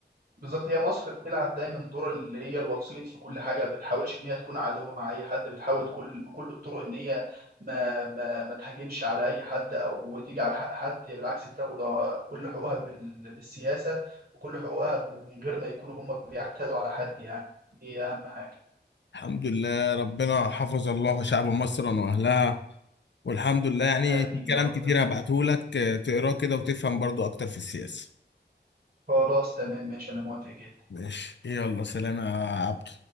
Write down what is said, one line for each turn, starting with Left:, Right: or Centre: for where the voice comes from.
Right: بالظبط هي مصر بتلعب دايما دور اللي هي الوسيط في كل حاجه ما بتحاولش ان هي تكون عدو مع اي حد بتحاول كل بكل الطرق ان هي ما ما, ما تهاجمش على اي حد او تيجي على حق حد هي بالعكس بتاخد آه، كل حقوقها بال- بالسياسه وكل حقوقها من غير ما يكونوا هم بيعتدوا على حد يعني دي اهم حاجه
Left: الحمد لله ربنا حفظ الله شعب مصر وأهلها والحمد لله يعني
Right: امين
Left: في كلام
Right: يا رب
Left: كتير
Right: آمين.
Left: هبعته لك آه، تقراه كده وتفهم برضو أكتر في السياسة
Right: خلاص تمام ماشي انا موافق جدا
Left: ماشي يلا سلام يا عبد